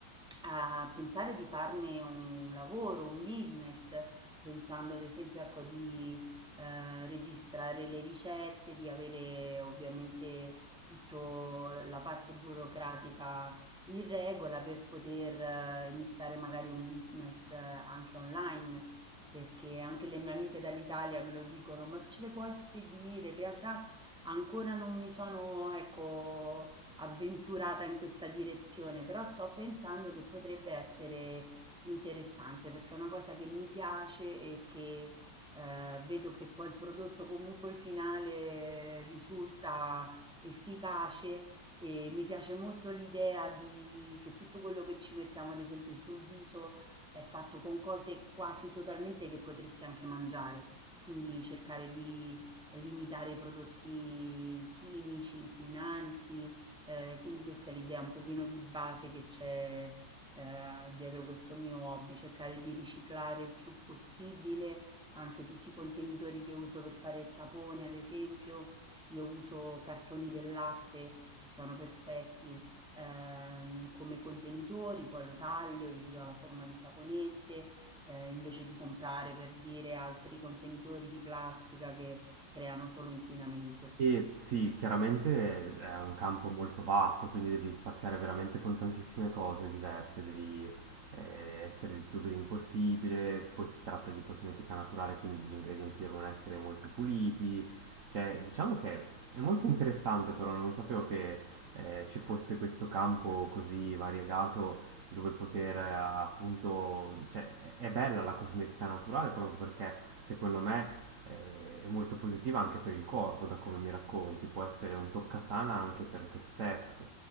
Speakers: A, in the centre; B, on the right.
A: a pensare di farne un lavoro, un business? Pensando ad esempio, ecco, di eh, registrare le ricette, di avere ovviamente tutta la parte burocratica in regola per poter eh, iniziare magari un business eh, anche online, perché anche le mie amiche dall'Italia me lo dicono, ma ce le puoi spedire? In realtà ancora non mi sono, ecco, avventurata in questa direzione, però sto pensando che potrebbe essere interessante perché è una cosa che mi piace e che eh, vedo che poi il prodotto comunque finale eh, risulta efficace e mi piace molto l'idea di, che tutto quello che ci mettiamo, ad esempio, sul viso è fatto con cose quasi totalmente che potresti anche mangiare, quindi cercare di limitare i prodotti chimici, inquinanti, eh, quindi questa è l'idea un pochino di base che c'è eh, dietro questo mio hobby, cercare di riciclare il più possibile anche tutti i contenitori che uso per fare il sapone, ad esempio, io uso cartoni del latte che sono perfetti, ehm, come contenitori, poi lo taglio, gli do la forma di saponette, ehm, invece di comprare, per dire, altri contenitori di plastica che creano solo inquinamento.
B: E sì, chiaramente è un campo molto vasto, quindi devi spaziare veramente con tantissime cose diverse, devi eh, essere il più green possibile, poi si tratta di cosmetica naturale, quindi gli ingredienti devono essere molto puliti, cioè diciamo che è molto interessante, però non sapevo che eh, ci fosse questo campo così variegato dove poter eh, appunto, cioè è è bella la cosmetica naturale proprio perché secondo me eh, è molto positiva anche per il corpo, da come mi racconti, può essere un toccasana anche per te stesso.